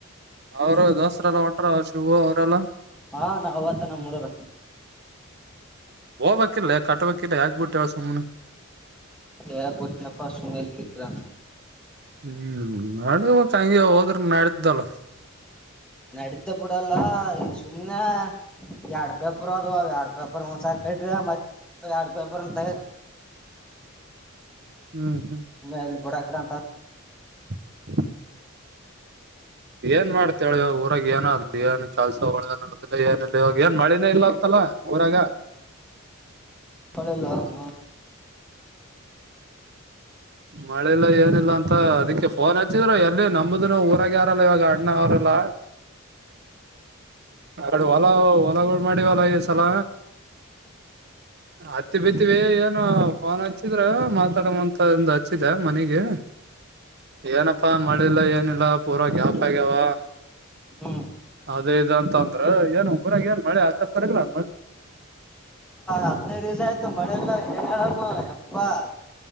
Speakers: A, on the right; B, in the centre.
A: ಅವರು ದೋಸರೆ ಎಲ್ಲ ಒಂಟ್ರ ಅವ ಶಿವು ಅವರೆಲ್ಲಾ
B: ಹಾ ನಾವ ಅವತ್ತ ನಮ್ಮ ಹುಡುರ
A: ಹೋಗ್ಬೇಕಿಲ್ಲ ಕಟ್ಬೇಕಿಲ್ಲ ಹಾಕ್ಬಿಟ್ಟವ ಸುಮ್ಮನೆ
B: ಎ ಬುಟ್ ನಪ್ಪ ಸುಮಲ್ಫಿಕರ
A: ಹ್ಮ್ ನಡಬೇಕ ಹಂಗೆ ಹೋದ್ರ ನಡ್ದಲ್ಲ
B: ನಡತ ಬಿಡಲ್ಲ ಈಗ ಸುಮ್ನೆ ಎರಡ್ ಪೇಪರ್ ಅದು ಎರಡ್ ಪೇಪರ್ ಒಂದ್ಸರಿ ಕಟ್ಟ್ರಿ ಮತ್ತ ಎರಡ್ ಪೇಪರ್ ತಗ
A: ಹ್ಮ್ ಹ್ಮ್
B: ಮ ಇಲ್ಲಿ ಬಡಾಕ್ರಾಂತ
A: <inaudible> ಏನ್ ಮಾಡ್ತಿ ಇವಾಗ ಊರಾಗ ಏನಾದ್ ಏನ್ ಕೆಲ್ಸ ಒಳಗ ನಡುದಿಲ್ಲ ಏನ ಇಿಲ್ಲ ಇವಾಗ ಏನ್ ಮಳಿನೇ ಇಲ್ಲ ಅಂತಲ್ಲ ಊರಾಗ
B: ಒಳೆಲ್ಲ ಹನು
A: ಮಳೆಲ್ಲ ಏನಿಲ್ಲ ಅಂತ ಅದಿಕ್ಕೆ ಫೋನ್ ಹಚ್ಚಿದ್ರರು ಎಲ್ಲಿ ನಂಬುದನ ಊರಾಗ ಯಾರಲ್ಲ ಇವಾಗ ಅಣ್ಣ ಅವ್ರಲ್ಲ ಆಗಡೆ ಹೊಲ ಹೊಲಗ ಮಾಡಿವಲ್ಲ ಈಸಲ ಹತ್ತಿ ಬಿತಿವಿ ಏನ ಫೋನ್ ಹಚ್ಚಿದ್ರ ಮಾತಾಡಂತ ಒಂದು ಹಚ್ಚಿದೆ ಮನಗೆ ಏನಪ್ಪಾ ಮಳಿ ಇಲ್ಲ ಮಾಡಿಲ್ಲ ಏನಿಲ್ಲ ಪೂರಾ ಗ್ಯಾಪ್ ಆಗ್ಯಾವ
B: ಹ್ಮ್
A: ಅದೇ ಇ ಅಂತ ಅಂದ್ರ ಏನ್ ಊರಾಗ ಏನ್ ಮಳೆ ಆತ ತರಗಲ ಅ ಮಳೆ
B: ಹತ್ತನೈದು ದಿವ್ಸ ಆಯ್ತು ಮಳೆಲ್ಲ ಏನ್ ಹೇಳಮ್ಮ ಎಪ್ಪಾ